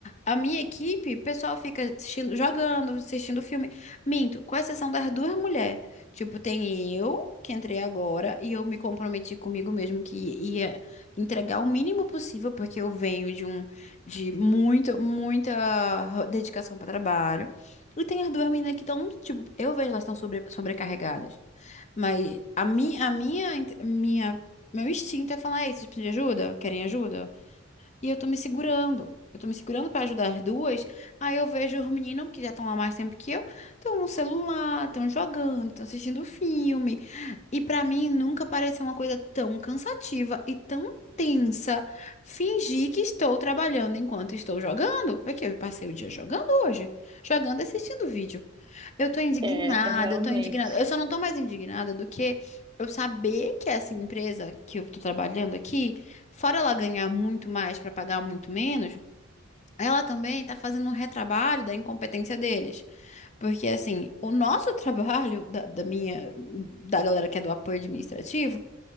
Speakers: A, on the left; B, on the right.
A: a minha equipe, o pessoal fica assistindo, jogando, assistindo filme. Minto, com exceção das duas mulheres. Tipo, tem eu, que entrei agora, e eu me comprometi comigo mesmo que ia entregar o mínimo possível, porque eu venho de um. de muito, muita ro- dedicação para trabalho. E tem as duas meninas que estão, tipo, eu vejo elas estão sobre, sobrecarregadas. Mas a, mi, a minha, int- minha, meu instinto é falar, ei, vocês precisam de ajuda? Querem ajuda? E eu tô me segurando. Eu tô me segurando pra ajudar as duas. Aí eu vejo os meninos que já estão lá mais tempo que eu, estão no celular, estão jogando, estão assistindo filme. E pra mim nunca pareceu uma coisa tão cansativa e tão tensa fingir que estou trabalhando enquanto estou jogando, porque eu passei o dia jogando hoje, jogando e assistindo vídeo. Eu tô indignada,
B: É, é realmente,
A: eu tô indignada. Eu só não tô mais indignada do que eu saber que essa empresa que eu tô trabalhando aqui Fora ela ganhar muito mais para pagar muito menos, ela também está fazendo um retrabalho da incompetência deles. Porque, assim, o nosso <laughs> trabalho, da, da minha, da galera que é do apoio administrativo,